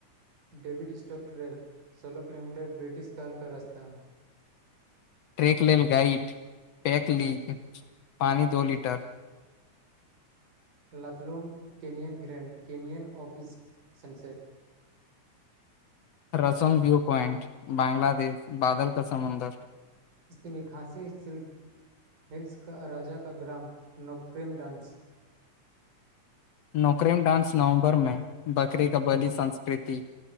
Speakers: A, on the right; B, on the left.
A: डविड स्ट्रकट रेल सोलह किलोमीटर ब्रिटिश कलक रास्त
B: ट्रैेक लेल गाइड पैक ली पानि दो litre
A: Laitlum canyon grand canyon of east sunset
B: रसन व्यू पॉइंट बांग्लादेश बादल क समुन्दर
A: जसस मे खाँसी सिल्क हिल्स का राजा का ग्राम नोक्रेमडानस
B: नोक्रेमडानस नवम्बरमें बकरी क बली संस्कृति